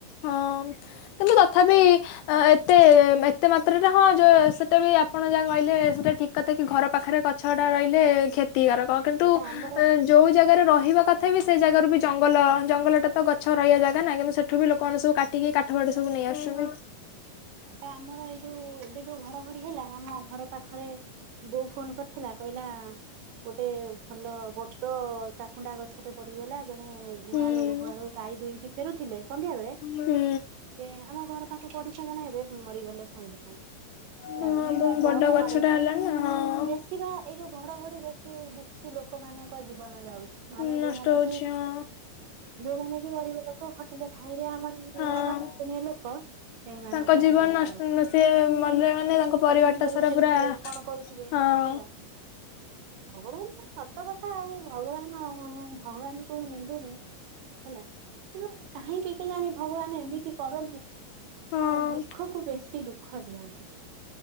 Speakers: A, on the left; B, on the right.
A: ହଁ, କିନ୍ତୁ ତଥାପି ଅଁ ଏତେ ଏତେ ଏତେ ମାତ୍ରାରେ ହଁ ଯୋଉ ସେଟା ବି ଆପଣ ଯାହା କହିଲେ ସେଟା ଠିକ କଥା କି ଘର ପାଖରେ କଥା ଗଛ ଟା ରହିଲେ କ୍ଷତିକାରକ। କିନ୍ତୁ
B: ଏବେ ଆମର
A: ଯୋଉ ଜାଗାରେ ରହିବା କଥା ତଥାପି ସେଇ ଜାଗାରୁ ବି ଜଙ୍ଗଲ। ଜଙ୍ଗଲଟା ତ ଗଛ ରହିବା ଜାଗା ନା କିନ୍ତୁ, ସେଠୁ ବି ଲୋକ କଣ ସବୁ କାଟିକି କାଠ ଫଠ ସବୁ ନେଇ ଆସୁଛନ୍ତି।
B: ବା ଆମର ଏଇ ଯୋଉ ଏବେ ଯୋଉ ଘଡଘଡି ହେଲା, ଆମ ଘର ପାଖରେ, ବୋଉ ଫୋନ କରିଥିଲା କହିଲା। ଗୋଟେ ଭଲ ବଡ ଚାଖୁଣ୍ଡା ଗଛ ଛୋଟ ପଡିଗଲା, ଜଣେ ଗୁହାଳୁ
A: ହୁଁ
B: ଗୁହାଳୁ ଗାଇଈ ଦୁଇଁକି ଫେରୁଥିଲେ ସନ୍ଧ୍ୟା ବେଳେ,
A: ହୁଁ
B: ସେ ଆମ ଘର ପାଖ ପଡିଛି <unintelligible> ଏବେ ମରିଗଲେ ସାଙ୍ଗ ସା ହେଲା
A: ହଁ
B: ଏମିତିଆ ଡର
A: ବଡ ଗଛଟା
B: ମାଡୁଛି।
A: ହେଲାଣି ନା ହଁ।
B: ବେଶ ଥିବା ଏଇ ଯୋଉ ଘଡଘଡି ବେଶୀ ଦୁଃଖୀ ଲୋକମାନାନଙ୍କ ଜୀବନ ଯାଉଛି। ମାନେ
A: ନଷ୍ଟ
B: ଯୋଉମାନେ
A: ହଉଛି
B: କି
A: ହଁ
B: ଯୋଉମାନେ କି ଗରିବ ଲୋକ, ଖଟିଲେ ଖାଇବେ ଆମରି
A: ହଁ
B: ଅଣା ବର୍ଷୀୟା ଲୋକ। ସେଇ ମାନଙ୍କ
A: ତାଙ୍କ
B: ଜୀବନ
A: ନଷ୍ଟ
B: ଯାଉଛି।
A: ସେ ମଲେ ମାନେ ତାଙ୍କ ପରିବାରଟା
B: କୋଉଠ ବିଲରୁ
A: ସାରା
B: ଫେରୁଥିବେ
A: ପୁରା
B: କଣ କରୁଥିବେ
A: ହଁ
B: ହେଲା। ଭଗବାନ ତ ସତ କଥା ଆଉ ଭଗବାନ ଭଗବାନ ଙ୍କୁ ମୁଁ ନିନ୍ଦୁନି। ହେଲା କିନ୍ତୁ କାହିଁକି କେଜାଣି ଭଗବାନ ଏମିତି କରନ୍ତି।
A: ହଁ
B: ହୁଁ ଦୁଃଖ କୁ ବେଶୀ ଦୁଃଖ ଦିଅନ୍ତି